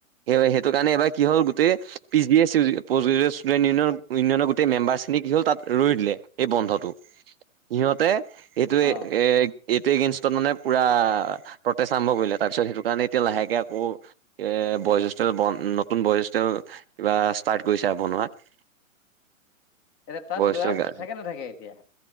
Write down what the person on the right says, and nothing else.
সেই সেইটো কাৰণেবাৰ কি হ'ল গোট পি এছ ষ্টুডেণ্ট ইউননৰ ইউনিয়নৰ গোটেই মেম্বাৰ আছে কি হ'ল, তাত ৰই দিলে! এই বন্ধটো সিহঁতে, এইটো
এ এইটো এগেনষ্টত মানে পুৰা প্ৰটেষ্ট আৰম্ভ কৰিলে! তাৰপিছত, সেইটো কাৰণে এতিয়া লাহেকে আকৌ, বয়জষ্ঠ বন নতুন বয়জ কিবা ষ্টাৰ্ট কৰিছে আৰু বনোৱাত!
হোষ্টেল গাৰ্লছ